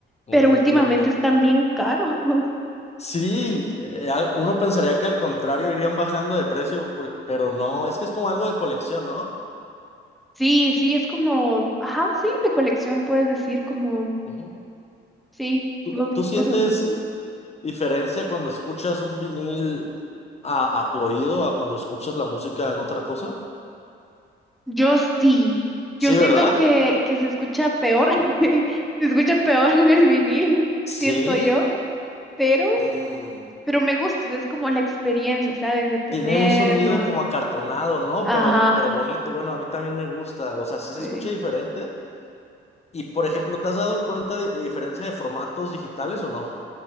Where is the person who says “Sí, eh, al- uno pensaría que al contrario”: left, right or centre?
Left